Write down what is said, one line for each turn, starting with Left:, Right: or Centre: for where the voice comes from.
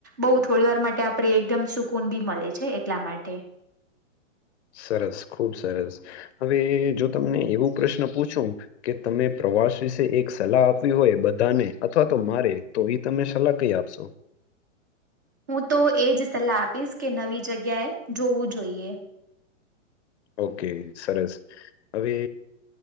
Right: બઉ થોડી વાર માટે આપણે એકદમ સુકૂન બી મળે છે એટલા માટે
Left: સરસ ખુબ સરસ હવે જો તમને એવું પ્રશ્ન પૂછું કે તમે પ્રવાસ વિશે એક સલાહ આપવી હોય બધાને અથવા તો મારે તો એ તમે સલાહ કઈ આપશો
Right: હું તો એજ સલાહ આપીશ કે નવી જગ્યાએ જોવું જોઈએ
Left: ઓકે સરસ હવે